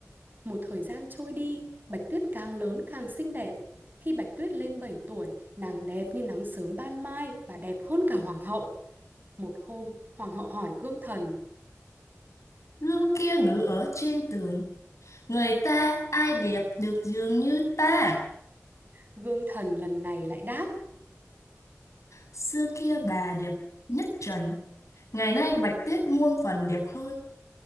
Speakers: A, on the right; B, on the left.
A: Một thời gian trôi đi, Bạch Tuyết càng lớn càng xinh đẹp. Khi Bạch Tuyết lên 7 tuổi, nàng đẹp như nắng sớm ban mai và đẹp hơn cả hoàng hậu. Một hôm, hoàng hậu hỏi gương thần.
B: Gương kia ngự ở trên tường, người ta ai đẹp được dường như ta?
A: Gương thần lần này lại đáp,
B: Xưa kia bà đẹp nhất trần, ngày nay bạch tuyết muôn phần đẹp hơn